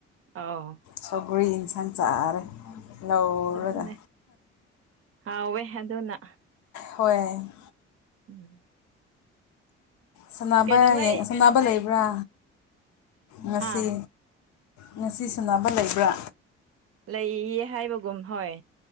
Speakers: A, on the right; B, on the left.
A: ꯑꯧ
B: ꯁꯧꯒ꯭ꯔꯤ ꯏꯟꯁꯥꯡ ꯆꯥꯔꯦ ꯂꯧꯔꯒ
A: ꯑꯗꯨꯅꯦ ꯍꯥꯎꯋꯦ ꯑꯗꯨꯅ
B: ꯍꯣꯏ
A: <inaudible>
B: ꯁꯥꯟꯅꯕ
A: ꯀꯩꯗꯧꯉꯩ
B: ꯌꯦꯡ ꯁꯥꯟꯅꯕ ꯂꯩꯕ꯭ꯔꯥ ꯉꯁꯤ
A: ꯍꯥ
B: ꯉꯁꯤ ꯁꯥꯟꯅꯕ ꯂꯩꯕ꯭ꯔꯥ
A: ꯂꯩꯌꯦ ꯍꯥꯏꯕꯒꯨꯝ ꯍꯣꯏ